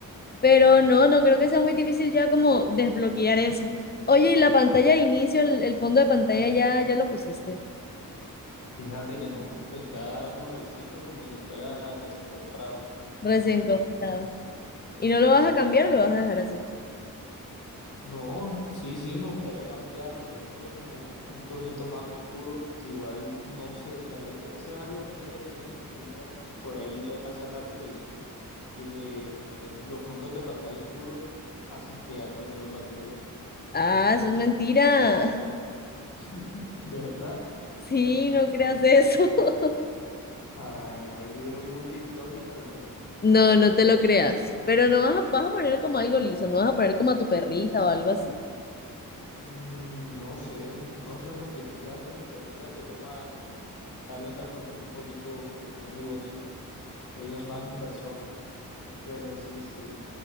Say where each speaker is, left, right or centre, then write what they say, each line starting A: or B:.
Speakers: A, on the left; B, on the left.
A: Pero no, no creo que sea muy difícil ya como desbloquear eso. Oye, y la pantalla de inicio, el, el fondo de pantalla ya, ya lo pusiste,
B: Fíjate que no, está nuevecito como si fuera recién comprado.
A: recién comprado. ¿Y no lo vas a cambiar o lo vas a dejar así?
B: No, sí, sí, me gustaría cambiarlo. Quiero ponerle como un tonito más oscuro, que igual no sé, o sea, y- eso es algo, una idea que yo tengo entendida por ahí le- hace rato que, que eh, los fondos de pantalla oscuros hacen que gaste menos batería.
A: Ah, eso es mentira.
B: <laughs> De verdad.
A: Sí, no creas eso. <laughs>
B: Ay, no, eso yo lo vi en un TikTok y me lo creí.
A: No, no te lo creas. Pero no vas a, vas a poner como algo liso, no vas a poner como a tu perrita o algo así.
B: Mm, no sé, no sé, porque tú sabes que mi perrita se toma, salen las fotos un poquito no muy bonitas. Ella es más en persona. Pero sí, sí.